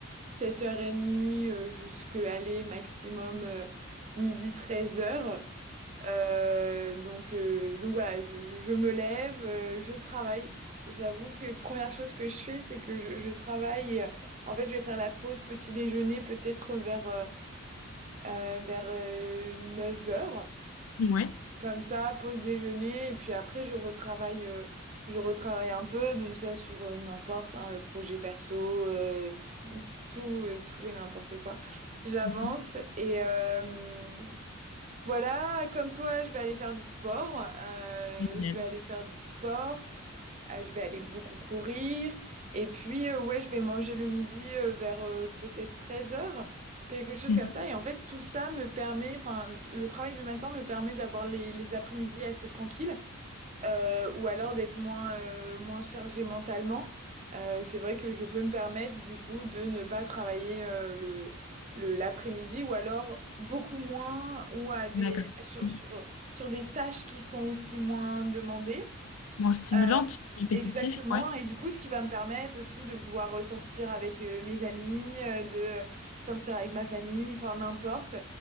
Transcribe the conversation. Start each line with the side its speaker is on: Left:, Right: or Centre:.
Right: 7h30 euh, jusqu'à aller maximum euh, midi treize heures euh, donc, euh, donc voilà, je, je- je me lève, euh, je travaille. J'avoue que première chose que je fais, c'est que je, je travaille. et, euh, en fait, je vais faire la pause petit déjeuner peut-être vers, euh, euh, vers euh, 9 heures.
Left: mhm. Ouais.
Right: Comme ça, pause déjeuner. Et puis après, je retravaille, euh, je retravaille un peu. Donc ça, sur euh, n'importe, un projet perso, euh, tout, euh, tout et n'importe quoi. J'avance
Left: Mhm.
Right: et... Euh, voilà, comme toi, je vais aller faire du sport. Euh,
Left: Génial.
Right: je vais aller faire du sport. Euh, je vais aller beaucoup courir. Et puis, euh, ouais, je vais manger le midi euh, vers euh, peut-être 13 heures, quelque chose
Left: Mhm.
Right: comme ça. Et en fait, tout ça me permet, enfin, t- le travail du matin me permet d'avoir les, les après-midi assez tranquilles euh, ou alors d'être moins, euh, moins chargé mentalement. Euh, c'est vrai que je peux me permettre du coup de ne pas travailler euh, le, le- l'après-midi ou alors beaucoup moins ou à des,
Left: D'accord.
Right: sur,
Left: Mhm.
Right: sur, sur des tâches qui sont aussi moins demandées.
Left: Bon, stimulante,
Right: Euh,
Left: répétitif,
Right: Exactement,
Left: ouais.
Right: et du coup, ce qui va me permettre aussi de pouvoir ressortir avec euh, mes amis, euh, de sortir avec ma famille, enfin n'importe,